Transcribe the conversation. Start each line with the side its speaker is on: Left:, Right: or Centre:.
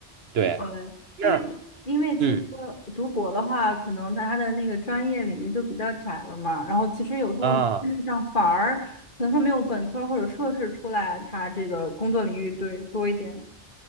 Right: 对，
Left: 呃，
Right: 那
Left: 因为因为其实
Right: 嗯。
Left: 读博的话，可能它的那个专业领域就比较窄了嘛。然后其实有时候
Right: 啊
Left: 像反而可能说没有本科或者硕士出来，它这个工作领域对多一点。